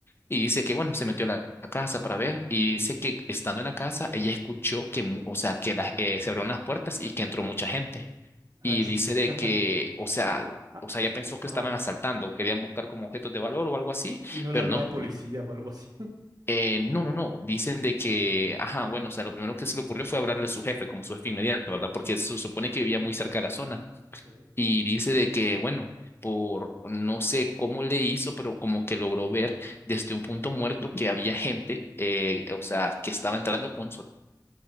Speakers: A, on the left; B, on the right.
A: y dice que, bueno, se metió a la la casa para ver y dice que estando en la casa ella escuchó que, mu- o sea, que la- eh, se abrieron las puertas y que entró mucha gente
B: Ah,
A: y
B: chis.
A: dice
B: <laughs>
A: de que, o sea,
B: Ah,
A: o sea, ya pensó que
B: ah.
A: estaban asaltando, querían buscar como objetos de valor o algo así,
B: Y no le
A: pero
B: habló
A: no,
B: la policía o algo así. <laughs>
A: eh, no, no, no, dicen de que, ajá, bueno, o sea, lo primero que se le ocurrió fue hablarle a su jefe, como su jefe inmediato, ¿verdad? Porque se supone que vivía muy cerca de la zona,
B: Ok.
A: y dice de que, bueno, por no sé cómo le hizo, pero como que logró ver desde un punto muerto que había gente, eh, o sea, que estaba entrando con sotana,